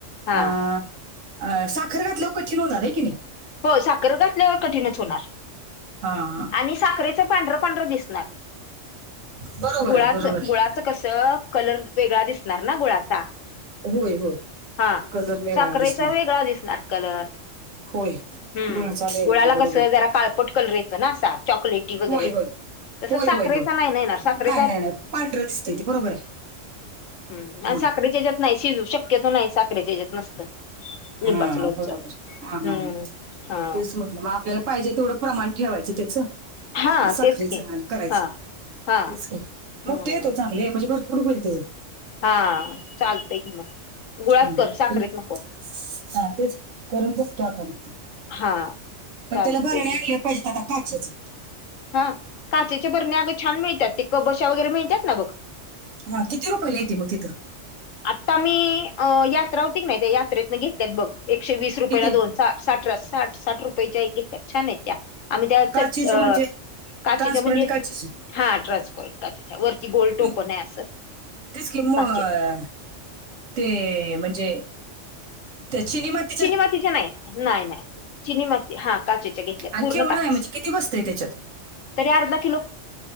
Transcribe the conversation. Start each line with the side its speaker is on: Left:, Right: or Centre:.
Left: हा
Right: अ अ साखर घातल्यावर कठीण होणार ये की नाही
Left: होय साखर घातल्यावर कठीणच होणार.
Right: हा हा.
Left: आणि साखरेच पांढर- पांढर दिसणार.
Right: बरोबर
Left: गुळाचं-
Right: आहे बरोबर आहे
Left: गुळाचं कसं कलर वेगळा दिसणार ना गुळाचा.
Right: होय, होय...
Left: हा
Right: कलर वेगळा
Left: साखरेचा
Right: दिसणार
Left: वेगळा दिसणार कलर
Right: होय,
Left: हम्,
Right: गुळाचा वेगळा
Left: गुळाला
Right: बरोबर
Left: कस जरा काळपट कलर येतो ना असा चॉकलेटी. वगैरे.
Right: होय, होय.....
Left: तसं
Right: होय,
Left: साखरेचा
Right: होय, होय
Left: नाही ना येणार
Right: नाही,
Left: साखरेचा
Right: नाही, नाही पांढरं दिसतंय ते बरोबर आहे.
Left: हं म नाही
Right: होय
Left: साखरेच्या येज्यात नाही शिजू शक्यतो नाही, साखरेच्या हेज्यात नसतं. लिंबाचं
Right: हा
Left: लोणचं.
Right: बरोबर हा
Left: हम्म
Right: हा ह
Left: हा
Right: तेच म्हटलं म आपल्याला पाहिजे तेवढं प्रमाण ठेवायचं त्याच
Left: हा
Right: हे साखरेचं
Left: तेच की
Right: आण् करायचं
Left: हा हा
Right: तेच की
Left: हम्म.
Right: मोठी होत्याच साख अ <unintelligible> म्हणजे भरपूर मिळते.
Left: हा चालतंय की मग, गुळात
Right: हा.
Left: कर साखरेत
Right: तेच-
Left: नको.
Right: हा तेच करून बघतो आता मग ते
Left: हा
Right: पण
Left: चालतंय
Right: त्याला भरणे
Left: की
Right: <unintelligible> आ पाहिजेत आता काचेचं.
Left: हा काचेच्या बरण्या अगं छान मिळतात, ते कबश्या वगैरे मिळतात ना बघ
Right: हा किती रुपयला येते मग तिथं?
Left: आत्ता मी अ यात्रा हुति का नाही, त्या यात्रेतन घेतल्यात बघ एकशे वीस रुपया
Right: कितीला
Left: ला दोन. साठरा साठ साठ रुपयेच्या एक घेत्या छान आहेत त्या आम्ही त्या
Right: काचेचे
Left: चट अ
Right: म्हणजे
Left: काचेच्या
Right: ट्रान्सपरंट
Left: म्हणजे
Right: काचेचे
Left: हा ट्रान्स्फरट काचेच्या वरती गोल टोपण
Right: मग
Left: आहे असं.
Right: तेच कि मं
Left: काचेचं
Right: ते म्हणजे त्या चीनी माती
Left: चिनी मातीच्या नाही, नाही, नाही चिनी माती हा काचेच्या घेतल्या
Right: आणि
Left: पूर्ण
Right: केवढं
Left: काच
Right: आहे म्हणजे किती बसतंय त्याच्यात
Left: तरी अर्धा किलो,